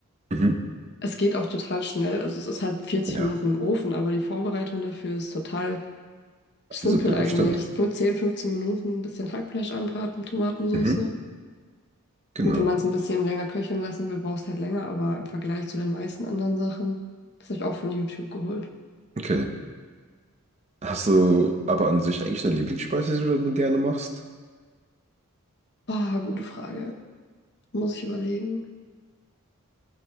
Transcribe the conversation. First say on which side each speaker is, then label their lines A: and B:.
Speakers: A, on the right (about 30°); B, on the left (about 50°).
A: Mhm.
B: Es geht auch total schnell. Also es ist halt vierzig
A: Ja.
B: Minuten im Ofen, aber die Vorbereitung dafür ist total simpel
A: Simpel,
B: eigentlich.
A: das stimmt.
B: Fün- 10, 15 Minuten ein bisschen Hackfleisch anbraten, Tomatensauce.
A: Mhm. Genau.
B: Gut, wenn man es ein bisschen länger köcheln lassen will, brauchst halt länger, aber im Vergleich zu den meisten anderen Sachen, das habe ich auch von YouTube geholt.
A: Okay. Hast du aber an sich eigentlich eine Lieblingsspeise, die du dann gerne machst?
B: Ah, gute Frage. Muss ich überlegen.